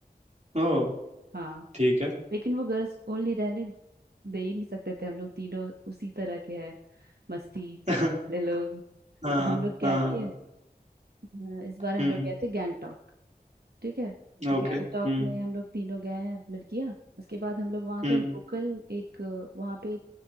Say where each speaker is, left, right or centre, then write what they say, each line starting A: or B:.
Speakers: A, on the right; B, on the right.
A: ओ
B: हाँ
A: ठीक है
B: लेकिन वो गर्ल्स ओनली रहने दे ही नहीं सकते थे हम लोग तीनों उसी तरह के हैं मस्ती
A: <laughs>
B: करने वाले लोग
A: हाँ
B: तो हम लोग क्या
A: हाँ
B: किए अ, इस बार हम
A: हम्म
B: लोग गए थे गैंगटॉक ठीक है गैंगटॉक
A: ओके हम्म
B: में हम लोग तीनों गए हैं लड़कियां उसके बाद हम लोग वहाँ
A: हम्म
B: के लोकल एक अ, वहाँ पे एक